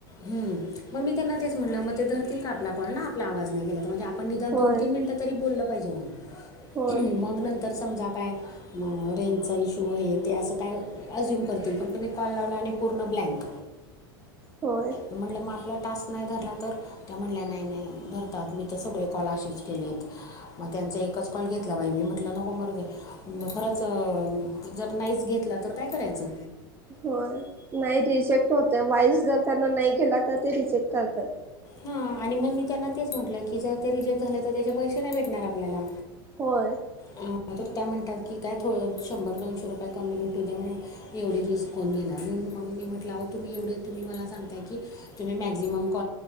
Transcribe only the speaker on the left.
हम मग मी त्यांना तेच म्हटलं मग ते धरतील का आपला कॉल ना आपला आवाज नाही केला तर म्हणजे पण निदान
दोन तीन मिनिटं तरी बोललं पाहिजे ना
मग नंतर समजा काय रेंजचा इश्यू आहे ते असं काय अझ्युम करतील पण तुम्ही कॉल लावला आणि पूर्ण ब्लँक
म्हटलं मग आपला टास्क नाही धरला तर त्या म्हणल्या नाही नाही धरतात मी तर सगळे कॉलेच केलेत मग त्यांचा एकच कॉल घेतला बाई मी म्हटलं नको मरू दे खरंच जर नाहीच घेतला तर काय करायचं
हा आणि मग मी त्यांना तेच म्हटलं की जर ते रिजेक्ट झाले तर त्याच्या पैसे नाही भेटणार आपल्याला
ह तर त्या म्हणतात की काय थोडं शंभर दोनशे रुपये कमी भेटू दे म्हणे एवढी रिस्क कोण घेणार मी मग मी म्हटलं तुम्ही एवढे तुम्ही मला सांगताय की तुम्हीॅक्झिमॉ ब्ँक